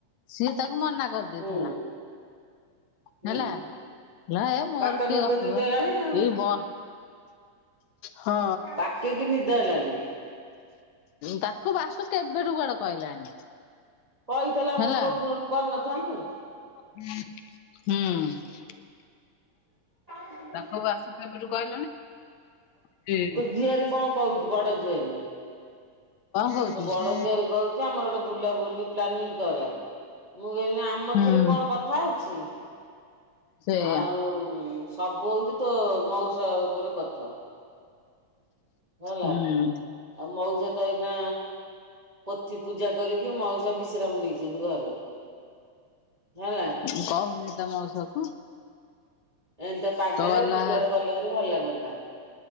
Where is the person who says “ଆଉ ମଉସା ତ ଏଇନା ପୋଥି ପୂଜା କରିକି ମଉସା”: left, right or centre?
Right